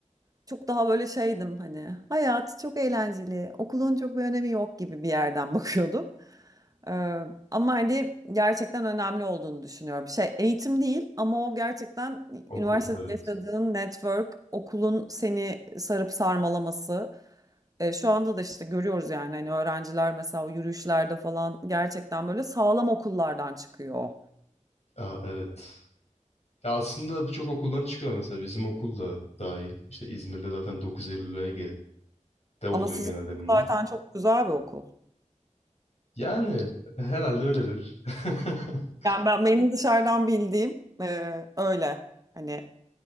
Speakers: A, on the right; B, on the left.
A: çok daha böyle şeydim hani. Hayat çok eğlenceli. Okulun çok bir önemi yok gibi bir yerden <laughs> bakıyordum. Ee, ama hani gerçekten önemli olduğunu düşünüyorum. Şey eğitim değil ama o gerçekten
B: Okul
A: üniversitede
B: evet.
A: yaşadığın network, okulun seni sarıp sarmalaması. Ee, şu anda da işte görüyoruz yani hani öğrenciler mesela o yürüyüşlerde falan gerçekten böyle sağlam okullardan çıkıyor.
B: Aa, evet. Ya aslında birçok okuldan çıkıyor mesela bizim okul da dahil. İşte İzmir'de zaten 9 Eylül V G. de oluyor
A: Ama sizin
B: genelde bunlar.
A: zaten çok güzel bir okul.
B: Yani herhalde öyledir. <laughs>
A: Yani ben benim dışarıdan bildiğim e, öyle. Hani